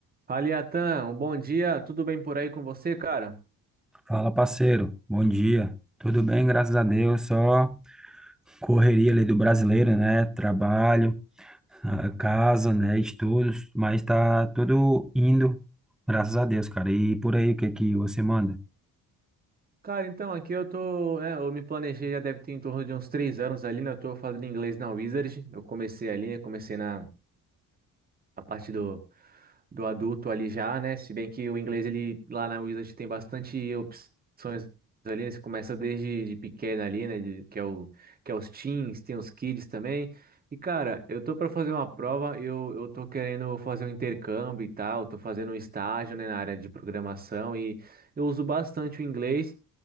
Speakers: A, on the right; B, in the centre.
A: Fala, Iatan, um bom dia, tudo bem por aí com você, cara?
B: Fala, parceiro. Bom dia. Tudo bem, graças a Deus. Só correria ali do brasileiro, né? Trabalho, ah, casa, né? Estudos, mas tá tudo indo, graças a Deus, cara. E por aí, o que que você manda?
A: Cara, então, aqui eu tô, é, eu me planejei já deve ter em torno de uns três anos ali, né? Eu tô fazendo inglês na Wizard, eu comecei ali, né? Comecei na, a parte do do adulto ali já, né? Se bem que o inglês ele lá na Wizard tem bastante opções ali, né? Você começa desde de pequeno ali, né? de- que é o que é os teens, tem os kids também. E cara, eu tô para fazer uma prova, eu eu tô querendo fazer um intercâmbio e tal, tô fazendo um estágio, né, na área de programação e eu uso bastante o inglês.